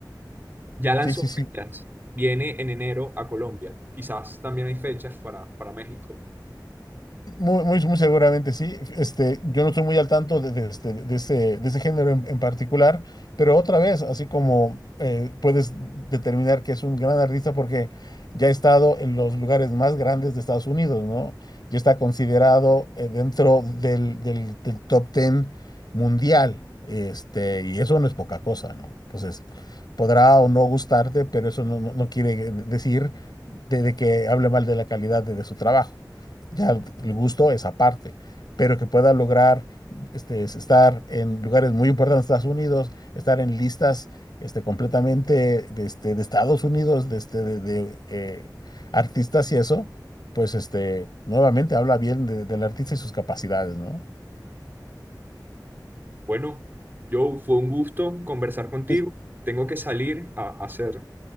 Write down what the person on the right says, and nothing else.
Ya lanzó
fechas, viene en enero a Colombia. Quizás también hay fechas para, para México.
Bueno, Joe, fue un gusto conversar contigo.
Tengo que salir a hacer